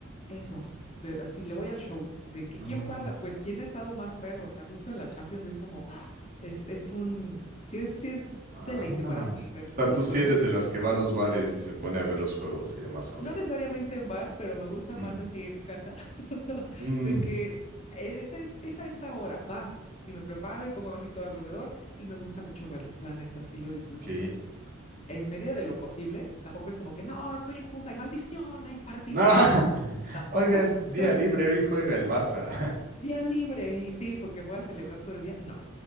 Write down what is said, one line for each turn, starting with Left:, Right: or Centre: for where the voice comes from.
Left: Eso, de- así le voy al show. De que
Right: no.
Left: quién pasa, pues quién ha estado más perro. O sea, justo en la Champions es como, ¡ah! es, es un, sí es, sí es
Right: Ah.
Left: deleite
Right: O
Left: para mí ver
Right: sea,
Left: los
Right: tú sí
Left: juegos
Right: eres de las que va a los bares y se pone a ver los juegos y demás cosas.
Left: No necesariamente en bar, pero me gusta
Right: Mm.
Left: más así en casa, <laughs>
Right: Mm,
Left: de que esa es, es a esta hora, va, y me preparo y pongo así todo alrededor y me gusta mucho verlo, la neta, sí lo disfruto.
Right: ok.
Left: En medida de lo posible, tampoco es como que, no, estoy en junta, hay maldición, hay partido,
Right: No,
Left: no,
Right: <laughs>
Left: no, o sea, tampoco.
Right: oigan,
Left: <laughs>
Right: día libre, hoy juega el Barça. <laughs>
Left: Día libre y sí, porque voy a celebrar todo el día, no,